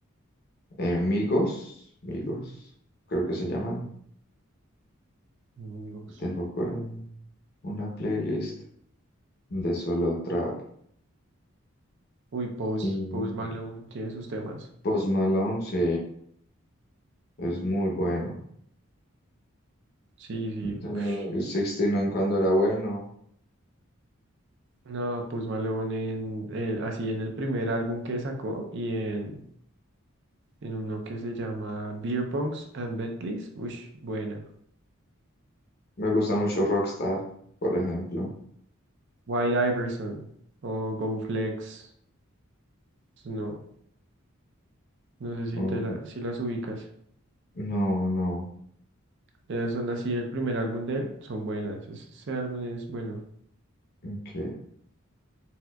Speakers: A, on the left; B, on the right.
A: Eh, Migos, Migos, creo que se llaman.
B: Amigos.
A: Tengo por ahí una playlist de solo trap.
B: Uy, Post,
A: Y
B: Post Malone tiene sus temas.
A: Post Malone, sí, es muy bueno.
B: Sí, sí.
A: De
B: ush.
A: 69 cuando era bueno.
B: No, Post Malone en, eh, así en el primer álbum que sacó y en, en uno que se llama Beer Punks and Bentleys. Uy, buena.
A: Me gusta mucho Rockstar, por ejemplo.
B: White Iverson o Go Flex. Pues No, no sé si
A: Um,
B: te la, si las ubicas.
A: no, no,
B: Ya son así el primer álbum de él, son buenas. Ese, ese álbum es bueno.
A: ok.